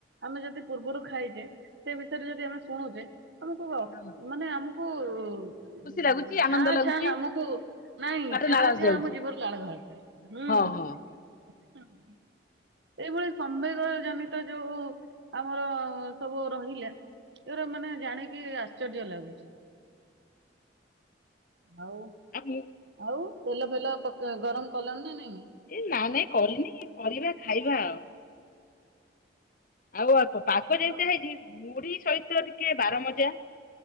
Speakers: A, on the right; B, on the left.
A: ଆମେ ଯଦି ପୂର୍ବରୁ ଖାଇଲେ ସେ ବିଷୟରେ ଯଦି ଆମେ ଶୁଣୁଛେ ଆମକୁ
B: ହଁ
A: ମାନେ ଆମ। ଉ
B: ଖୁସି ଲାଗୁଛି ଆନନ୍ଦ
A: ଛାଁ
B: ଲାଗୁଛି
A: ଛାଁ ଆମକୁ ନାଇଁ।
B: ପାଟିରେ
A: ଛାଁ
B: ଲାଳ ଆସି
A: ଛାଁ
B: ଯାଉଛି
A: ଆମ ଜୀଭରୁ ଲାଳ ବାହାରି ଯାଏ ହୁଁ।
B: ହଁ ହଁ
A: ଏଇଭଳି ସମ୍ବେଗ ଜନିତ ଯୋଉ ଆମର ସବୁ ରହିଲା। ଏରା ମାନେ ଜାଣିକି ଆଶ୍ଚର୍ଯ୍ୟ ଲାଗୁଛି। ଆଉ।
B: ଆହୁଁ।
A: ଆଉ ତେଲ ଫେଲ ପକ ଗରମ କଲଣି ନା ନାଇଁ।
B: ଏ ନା ନାଇଁ କରିନି କରିବା ଖାଇବା ଆଉ। ଆଉ ଅଳ୍ପ ପାଗ ଯେମିତି
A: ଆଉ
B: ହେଇଛି ମୁଢି ସହିତ ଟିକେ ବାର ମଜା।